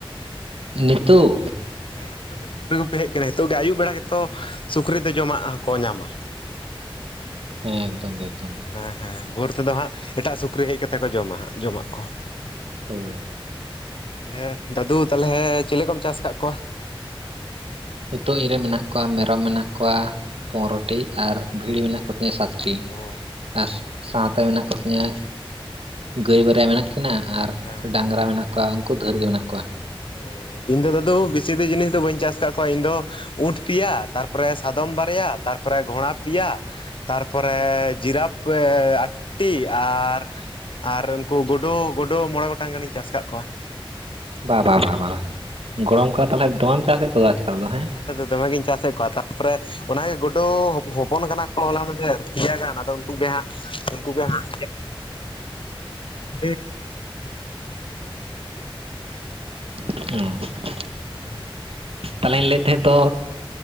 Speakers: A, on the right; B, on the left.
A: ᱱᱤᱛᱚᱜ
B: ᱦᱮᱸ ᱱᱤᱛᱚᱜ ᱜᱮ ᱥᱩᱠᱨᱤ ᱜᱚᱯᱤ ᱦᱮᱡ ᱠᱟᱱᱟᱧ ᱱᱤᱛᱚᱜ ᱜᱮ ᱟᱹᱭᱩᱵ ᱵᱮᱲᱟ ᱜᱮᱛᱚ ᱥᱩᱠᱨᱤ ᱫᱚ ᱡᱚᱢᱟᱜ ᱦᱚᱸᱠᱚ ᱧᱟᱢᱟ
A: ᱦᱮᱸ ᱮᱫᱚᱢ ᱜᱮ ᱮᱠᱫᱚᱢ ᱜᱮ
B: ᱦᱮᱸ ᱦᱮᱸ ᱵᱷᱳᱨ ᱛᱮᱫᱚ ᱦᱟᱸᱜ ᱮᱴᱟᱜ ᱥᱩᱠᱨᱤ ᱦᱮᱡ ᱠᱟᱛᱮ ᱠᱚ ᱡᱚᱢᱟ ᱦᱟᱸᱜ ᱡᱚᱢᱟᱜ ᱠᱚ
A: ᱦᱳᱭ
B: ᱛᱟᱦᱚᱞᱮ ᱫᱟᱫᱩ ᱛᱟᱦᱚᱞᱮ ᱪᱮᱞᱮ ᱠᱚᱢ ᱪᱟᱥ ᱟᱠᱟᱫ ᱠᱚᱣᱟ
A: ᱱᱤᱛᱚᱜ ᱤᱧ ᱨᱮ ᱢᱮᱱᱟᱜ ᱠᱚᱣᱟ ᱢᱮᱨᱚᱢ ᱢᱮᱱᱟᱜ ᱠᱚᱣᱟ ᱯᱚᱱᱨᱳᱴᱤ ᱟᱨ ᱵᱷᱤᱲᱤ ᱢᱮᱱᱟᱜ ᱠᱚᱛᱤᱧᱟᱹ ᱥᱟᱛᱴᱤ
B: ᱚ
A: ᱟᱨ ᱥᱟᱶᱛᱮ ᱢᱮᱱᱟᱜ ᱠᱚᱛᱤᱧᱟᱹ ᱜᱟᱹᱭ ᱵᱟᱨᱭᱟ ᱢᱮᱱᱟᱜ ᱠᱤᱱᱟ ᱟᱨ
B: ᱦᱮᱸ
A: ᱰᱟᱝᱨᱟ ᱢᱮᱱᱟᱜ ᱚᱠᱟ ᱩᱱᱠᱩ ᱫᱷᱟᱹᱨ ᱜᱮ ᱢᱮᱱᱟᱜ ᱠᱚᱣᱟ
B: ᱚ ᱤᱧ ᱫᱚ ᱫᱟᱫᱩ ᱵᱮᱥᱤ ᱫᱚ ᱡᱤᱱᱤᱥ ᱫᱚ ᱵᱟᱹᱧ ᱪᱟᱥ ᱟᱠᱟᱫ ᱠᱚᱣᱟ ᱤᱧ ᱫᱚ ᱩᱸᱴᱷ ᱯᱮᱭᱟ ᱛᱟᱨᱯᱚᱨᱮ ᱥᱟᱫᱚᱢ ᱵᱟᱨᱭᱟ ᱛᱟᱨᱯᱚᱨᱮ ᱜᱷᱚᱲᱟ ᱯᱮᱭᱟ ᱛᱟᱨᱯᱚᱨᱮ ᱡᱤᱨᱟᱯ ᱟᱴᱴᱤ ᱟᱨ ᱟᱨ ᱩᱱᱠᱩ ᱜᱩᱰᱩ ᱜᱩᱰᱩ ᱢᱚᱸᱬᱮ ᱜᱚᱴᱟᱝ ᱜᱟᱱᱤᱧ ᱪᱟᱥ ᱟᱠᱟᱫ ᱠᱚᱣᱟ
A: ᱵᱟ ᱵᱟ ᱵᱟ ᱵᱟ ᱜᱚᱲᱚᱢ ᱠᱚᱲᱟ ᱛᱟᱦᱚᱞᱮ ᱫᱚᱢᱮᱢ ᱪᱟᱥᱮᱫ ᱠᱚᱫᱚ ᱟᱡᱠᱟᱞ ᱫᱚ ᱦᱮᱸ
B: ᱫᱟᱫᱩ ᱫᱚᱢᱮᱜᱮᱤᱧ ᱪᱟᱥ ᱮᱫ ᱠᱚᱣᱟ ᱛᱟᱯᱚᱨᱮ ᱚᱱᱟᱜᱮ ᱜᱩᱰᱩ ᱦᱚᱯᱚᱱ ᱠᱟᱱᱟ ᱠᱚ ᱦᱚᱞᱟᱢᱟᱫᱷᱮᱨ ᱯᱮᱭᱟ ᱜᱟᱱ ᱟᱫᱚ ᱩᱱᱠᱩ ᱜᱮ ᱦᱟᱸᱜ ᱩᱱᱠᱩ ᱜᱮ ᱦᱟᱸ <unintelligible>
A: <unintelligible>
B: <inaudible>
A: ᱛᱟᱦᱚᱞᱮᱧ ᱞᱟᱹᱭᱮᱫ ᱛᱟᱦᱮᱸᱫ ᱫᱚ